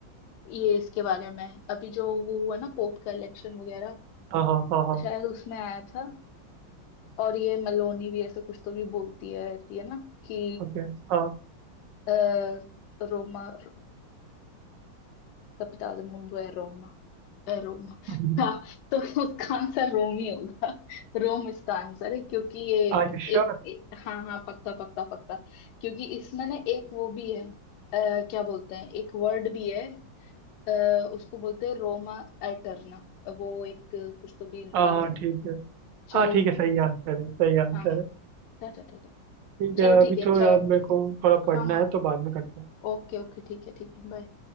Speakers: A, on the left; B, on the right.
A: ये इसके बारे में अभी जो वो हुआ ना पोप का इलेक्शन वगैरह
B: हाँ हाँ हाँ हाँ
A: शायद उसमें आया था और ये मेलोनी भी ऐसे कुछ तो भी बोलती है रहती है ना कि
B: ओके हाँ
A: आ, रोमा capital del mundo es Roma. है रोम
B: हम्म।
A: हाँ तो उसका आंसर रोम ही होगा रोम इसका आंसर है क्योंकि ये
B: Are you sure
A: एक, एक हाँ हाँ पक्का पक्का पक्का क्योंकि इसमें ना एक वो भी है आ, क्या बोलते हैं एक वर्ड भी है आ, उसको बोलते हैं रोमा एटर्ना वो एक कुछ तो भी इनका
B: हाँ
A: है
B: ठीक है
A: चलो
B: हाँ ठीक है सही
A: ठीक
B: आंसर है सही आंसर
A: हाँ हाँ
B: है
A: टा टा टा टा।
B: ठीक
A: चलो
B: है अभी
A: ठीक है
B: तो
A: अच्छा
B: यार मेरे को थोड़ा पढ़ना
A: हाँ हाँ
B: है तो बाद में करते हैं
A: ओके ओके <laughs> ठीक है ठीक है बाय